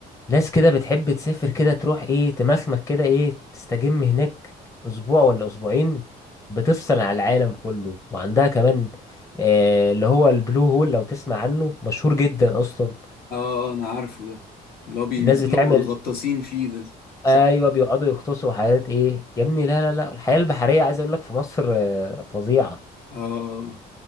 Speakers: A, on the left; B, on the left.
A: ناس كده بتحب تسافر كده تروح ايه تمخمك كده ايه تستجم هناك اسبوع ولا اسبوعين بتفصل على العالم كله وعندها كمان آه اللي هو البلو هول لو تسمع عنه مشهور جدا اصلا
B: اه آه، انا عارفه ده اللي هو بينزلوا
A: الناس بتعمل
B: الغطاسين فيه ده صح
A: ايوه بيقعدوا يغطسوا حاجات ايه يا ابني لا لا لا الحياة البحرية عايز اقول لك في مصر آه، فظيعة
B: اه آه.